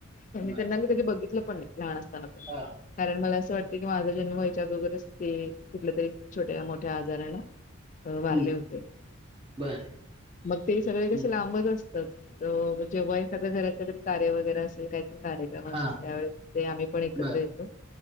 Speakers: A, on the right; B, on the left.
A: बर
B: त्यांना मी कधी बघितलं पण लान असना
A: हा
B: कारण मला असं वाट कि माझा जन्म यायच्या अगोरच ते कुठले तरी छोट्या मोठ्या आजारा न अ वारले
A: हम्म
B: होते
A: बर
B: मग ते सगळे कसे
A: हम्म
B: लांबच अस जेव्हा एखाद्या घररी कार्य वगैरे असेल काहीत कार त्यावेळेस
A: हा
B: ते आम्ही पण एकत्र
A: बर
B: येतो